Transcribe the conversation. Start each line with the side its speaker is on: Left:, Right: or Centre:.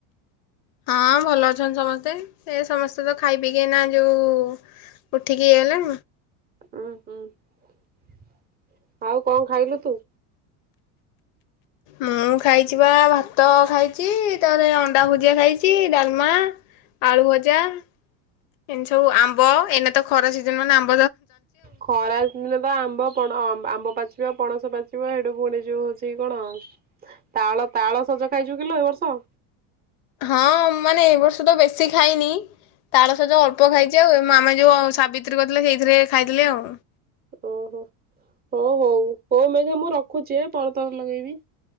Left: ହଁ ଭଲ ଅଛନ୍ତି ସମସ୍ତେ ଏ ସମସ୍ତେ ତ ଖାଇ ପିକି ନା ଯୋଉ ଉଠିକି ଇଏ ହେଲେ।
Right: ଉଁ ହୁଁ <inaudible> ଆଉ କଣ ଖାଇଲୁ ତୁ?
Left: ମୁଁ ଖାଇଛି ବା ଭାତ ଖାଇଛି ତାପରେ ଅଣ୍ଡା ଭୁଜିଆ ଖାଇଛି ଡାଲମା ଆଳୁ ଭଜା ଏମିତି ସବୁ ଆମ୍ବ ଏଇନେ ତ ଖରା ସିଜନ ମାନେ ଆମ୍
Right: ଖରା ଦିନ ପା ଆମ୍ବ ପଣ ଆମ୍ବ ପାଚିବ ପଣସ ପାଚିବ ହେଡୁ ଫୁଣି ଯୋଉ ହଉଛି କଣ ତାଳ ତାଳ ସଜ ଖାଇଛୁ କିଲ ଏ ବର୍ଷ।
Left: ହଁ ମାନେ ଏ ବର୍ଷ ତ ବେଶୀ ଖାଇନି। ତାଳସଯ ଅଳ୍ପ ଖାଇଛି ଆଉ ମାମା ଯୋଉ ସାବିତ୍ରୀ କରିଥିଲେ। ସେଇଥିରେ ଖାଇଥିଲି ଆଉ।
Right: ଓହୋ ହଉ ହଉ ହଉ ମ ମୁଁ ରଖୁଛି ଏ ପରେ ତୋର ଲଗେଇବି।